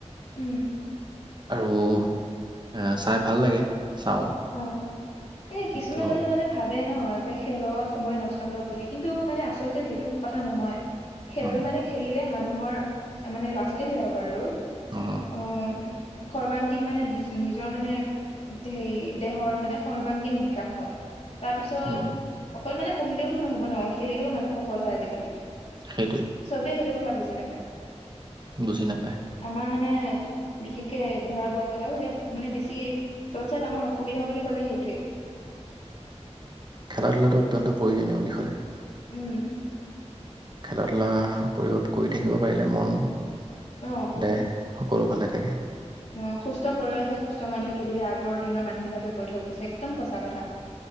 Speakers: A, on the left; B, on the right.
A: উম
B: আৰু এ চাই ভাল লাগে চাওঁ
A: অ এ কিছুমান
B: ত'
A: মানুহে মানে ভাবে ন খেলত সময় নষ্ট হয় বুলি কিন্তু মানে আচলতে সেইটো কথা নহয় খেল
B: উম
A: মানে খেলিলে মানুহৰ মানে ল'ৰা ছোৱালী বিলাকৰ আৰু
B: উম
A: অ সৰ্বাংগীন মানে নিজৰ মানে হেৰি দেহৰ মানে সৰ্বাংগীন বিকাশ হয় তাৰপিছত
B: উম
A: অকল মানে পঢ়িলেওতো নহ'ব ন খেলিলেও মানুহ সফল হয় আজিকালি
B: সেইটোৱে
A: চবেই সেইটো কথা বুজি নাপায়
B: বুজি নাপায়
A: আমাৰ মানে বিশেষকে ভাৰতবৰ্ষত আ সে মানে বেছি চবতচে ডাঙৰ সুবিধা বুলি ক'লে সেইটোৱে
B: খেলা ধূলাটো অত্যন্ত প্ৰয়োজনীয় বিষয়
A: উম
B: খেলা ধূলা কৰি কৰি থাকিব পাৰিলে মন
A: অ
B: দেহ সকলো ভালে থাকে
A: অ সুস্থ শৰীৰতহে সুস্থ মন থাকে বুলি আগৰ দিনৰ মানুহ বিলাকে কৈ থৈ গৈছে একদম সঁচা কথা